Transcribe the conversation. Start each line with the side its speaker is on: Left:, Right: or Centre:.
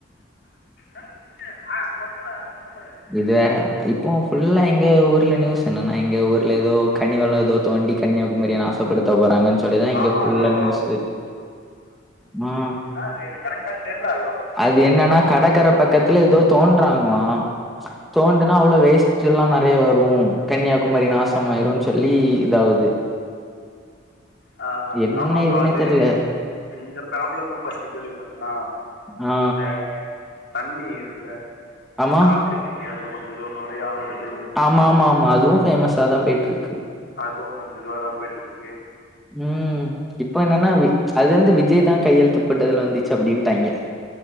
Left: ஆ பூட்டியா ஒருத்தனு சொல்லக்கூடாது
Centre: இது வேற இப்போ ஃபுல்லா எங்க ஊர்ல நியூஸ் என்னன்னா எங்க ஊர்ல ஏதோ கனி வள ஏதோ தோண்டி கன்னியாகுமரிய நாசப்படுத்த போறாங்கன்னு சொல்லிதா இங்க
Left: ஆமா
Centre: ஃபுல்லா
Left: ப்ரோ
Centre: நியூஸு ம்
Left: நாளு எனக்கு கரெக்டா தெர்ல அது ஃப்ஸ்ட்டு
Centre: இது என்னன்னா கடக்கரை பக்கத்துல ஏதோ தோன்றாங்களா தோண்டுனா அவ்ளோ வேஸ்ட் எல்லா நெறைய வரு கன்னியாகுமரி நாசமாயிருன்னு சொல்லி இதாவுது
Left: ஆ
Centre: என்ன
Left: ஆமா ப்ரோ
Centre: இதுன்னே
Left: அது
Centre: தெர்ல
Left: இந்தப் ப்ராபளமும் ஃபர்ஸ்ட் கேள்விபட்டனா
Centre: ஆ
Left: இந்த தண்ணி இருக்குல்ல
Centre: ஆமா
Left: காவிரி தண்ணி அதுல கொஞ்சோ எதோ நொறையா வருது
Centre: ஆமா ஆமா ஆமா அதுவு பேமஸ்சா தா போயிட்டு இருக்கு
Left: அதுவு கொஞ்ச இதுவ தா போயிட்டு இருக்கு
Centre: ம் இப்போ என்னன்னா அது வந்து விஜய் தா கையெழுத்து போட்டது வந்துச்சு அப்டின்னுட்டாய்ங்க